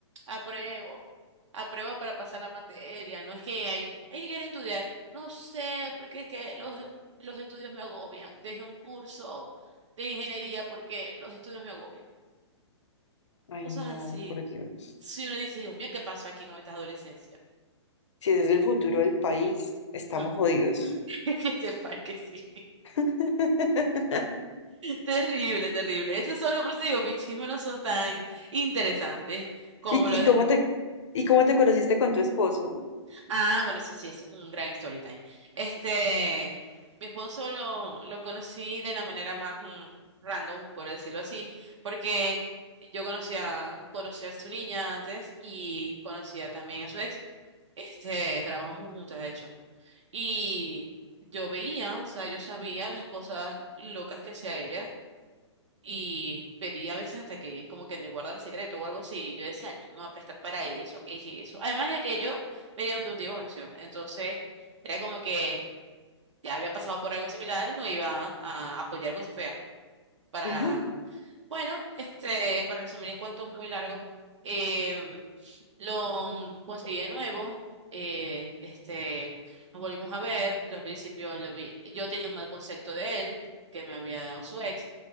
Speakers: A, on the right (about 80°); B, on the left (about 75°).
A: Apruebo. Apruebo para pasar la materia. No es que hay, hay que querer estudiar. No sé, porque es que los, los estudios me agobian. Dejé un curso de ingeniería porque los estudios me agobian.
B: Ay,
A: Cosas
B: no,
A: así.
B: por Dios.
A: Si uno dice, Dios mío, ¿qué pasó aquí con estas adolescencias?
B: Si ese es el futuro del país, estamos
A: No.
B: jodidos.
A: <laughs> Que sepa que sí.
B: <laughs>
A: Terrible, terrible. Esos son los procedimientos. Mis chismes no son tan interesantes como
B: ¿Y,
A: los
B: y cómo
A: de
B: te, y cómo te conociste con tu esposo?
A: Ah, bueno, ese sí es un gran story time. Este, mi esposo lo, lo conocí de la manera más mm, random, por decirlo así, porque yo conocía, conocía a su niña antes y conocía también a su ex. Este, trabajamos juntas, de hecho. Y yo veía, o sea, yo sabía las cosas locas que hacía ella y pedí a veces hasta que como que le guardara el secreto o algo así. y Yo decía, "Ay, yo no me voy a prestar para eso, que dije eso. Además de que yo venía de un divorcio. Entonces, era como que ya había pasado por algo similar, no iba a apoyar cosas feas. Para
B: Ujú,
A: nada.
B: ujú,
A: Bueno, este, para resumir el cuento muy largo, eh, lo mm, conseguí de nuevo, eh, este, nos volvimos a ver, yo al principio lo vi, yo tenía un mal concepto de él, que me había dado su ex,